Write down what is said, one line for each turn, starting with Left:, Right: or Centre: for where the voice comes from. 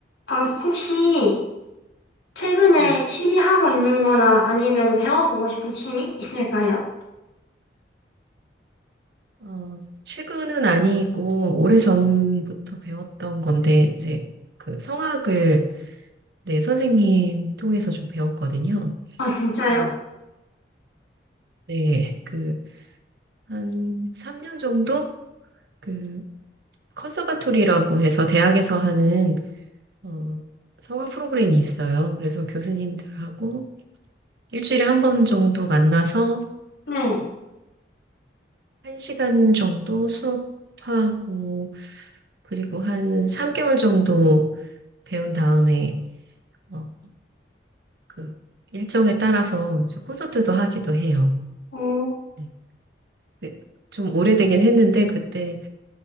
Left: 아, 혹시 최근에
Right: 네.
Left: 취미 하고 있는 거나 아니면 배워보고 싶은 취미 있을까요?
Right: 어, 최근은 아니고 오래전부터 배웠던 건데 이제 그 성악을 네, 선생님 통해서 좀 배웠거든요.
Left: 아, 진짜요?
Right: 어, 네. 그 한 3년 정도 그 컨서바토리라고 해서 대학에서 하는 어, 성악 프로그램이 있어요. 그래서 교수님들하고 일주일에 한 번 정도 만나서
Left: 네.
Right: 한시간 정도 수업하고 그리고 한 3개월 정도 배운 다음에 어, 그 일정에 따라서 이제 콘서트도 하기도 해요.
Left: 어,
Right: 네. 그- 좀 오래되긴 했는데 그때